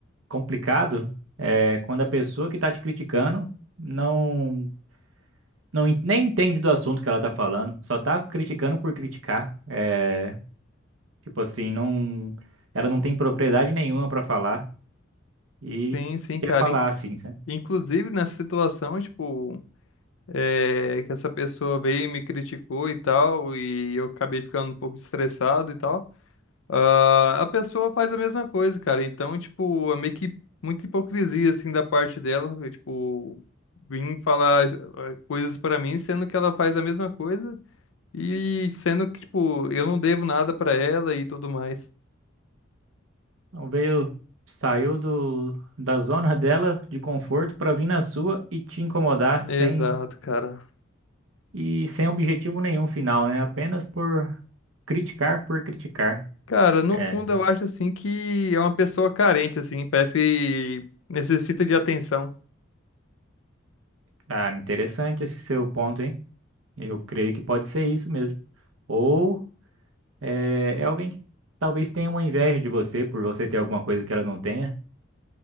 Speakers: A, on the right; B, on the left.
A: complicado, é, quando a pessoa que tá te criticando não, não en- nem entende do assunto que ela tá falando, só tá criticando por criticar. É, tipo assim, não, ela não tem propriedade nenhuma pra falar e
B: Sim, sim, cara.
A: quer falar assim, sabe?
B: Inclusive, nessa situação, tipo, é, que essa pessoa veio e me criticou e tal, e eu acabei ficando um pouco estressado e tal, ah, a pessoa faz a mesma coisa, cara. Então, tipo, é meio que muita hipocrisia, assim, da parte dela, eu, tipo, vim falar ah, coisas pra mim, sendo que ela faz a mesma coisa e sendo que, tipo, eu não devo nada pra ela e tudo mais.
A: Então veio, saiu do, da zona dela de conforto para vir na sua e te incomodar sem
B: Exato, cara.
A: e sem objetivo nenhum final, né? Apenas por criticar por criticar.
B: Cara, no
A: É,
B: fundo eu acho assim que é uma pessoa carente, assim, parece que necessita de atenção.
A: cara, interessante esse seu ponto, hein? Eu creio que pode ser isso mesmo. Ou é, é alguém que talvez tenha uma inveja de você por você ter alguma coisa que ela não tenha,